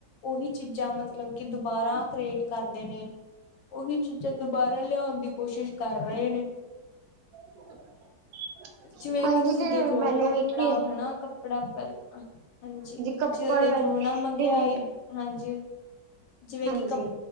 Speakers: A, on the left; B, on the right.
A: ਉਹੀ ਚੀਜ਼ਾਂ ਮਤਲਬ ਕਿ ਦੁਬਾਰਾ ਕ੍ਰੀਏਟ ਕਰਦੇ ਨੇ ਉਹੀ ਚੀਜ਼ਾਂ ਦੁਬਾਰਾ ਲਿਆਉਣ ਦੀ ਕੋਸ਼ਿਸ਼ ਕਰ ਰਹੇ ਨੇ
B: <inaudible>
A: ਜਿਵੇਂ
B: ਹਾਂਜੀ
A: ਕਿ ਤੁਸੀਂ
B: ਜਿਵੇਂ
A: ਦੇਖਲੋ
B: ਪਹਿਲੇ
A: ਕੱਪੜਾ
B: ਵੇਖੀਏ
A: ਹਨਾ ਕੱਪੜਾ ਪਹਿਲ ਹਾਂਜੀ
B: ਕੱਪੜ
A: ਜਦੋਂ ਦੇਖ
B: ਪਹਿਲੇ
A: ਲੋ ਨਾ ਮੰਗਿਆਈ
B: ਜਿਵੇਂ
A: ਹਾਂਜੀ ਜਿਵੇਂ
B: ਹਾਂਜੀ।
A: ਕਿ ਤੁਸੀਂ